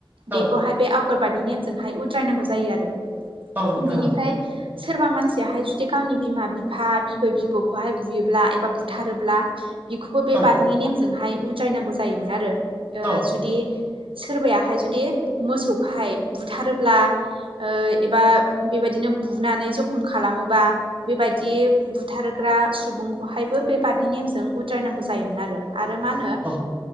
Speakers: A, on the right (about 20°); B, on the right (about 80°).
A: औ
B: बेखौहाय बे आवगरबादनि नेमजोंहाय उद्रायनांगौ जायो आरो।
A: औ नोंथां
B: बिनिफ्राय सोरबा मानसियाहाय जुदि गावनि बिमा बिफा बिबै बिबौखौहाय बुयोब्ला एबा बुथारोब्ला बिखौबो बे
A: औ
B: बारादनि नेमजोंहाय उद्रायनांगौ जायोमोन आरो। ओ
A: औ अ औ
B: जुदि सोरबायाहाय जुदि मोसौखौहाय बुथारोब्ला ओ एबा बेबायदिनो बुनानै जखम खालामोबा बेबायदि बुथारग्रा सुबुंखौहायबो बे बारनि नेमजों उद्रायनांगौ जायोमोन आरो। आरो मा होनो
A: औ